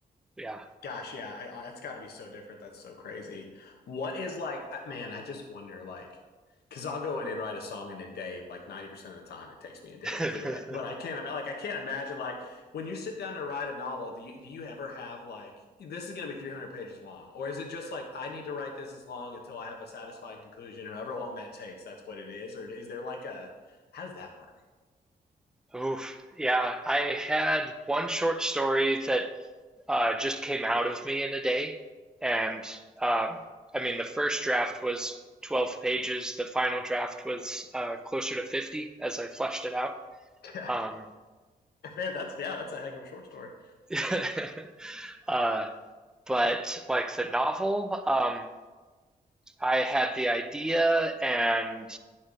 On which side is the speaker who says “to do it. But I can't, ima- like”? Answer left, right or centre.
Left